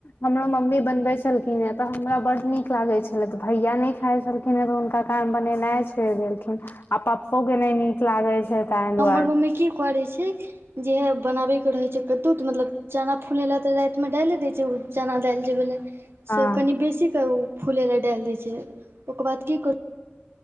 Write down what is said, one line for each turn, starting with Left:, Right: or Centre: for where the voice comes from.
Left: हमरो मम्मी बनबे छलखिन हे तऽ हमरा बड्ड नीक लागे छले तऽ भैया नहि खाइत छलखिन खिन तऽ हुनका काम बनेनाइ छोड़ि देलखिन आ पप्पो के नहि नीक लागे छै ताहि दुआरे
Right: हमर मम्मी की करै छै जहिया बनाबैके रहै छै कद्दू तऽ मतलब चना फूल लऽ तऽ रातिमे डालि दै छै ओ चना दालि जे भेले
Left: हँ
Right: से कनि बेसी के ओ फूले लए डालि देै छै ओकर बाद की कर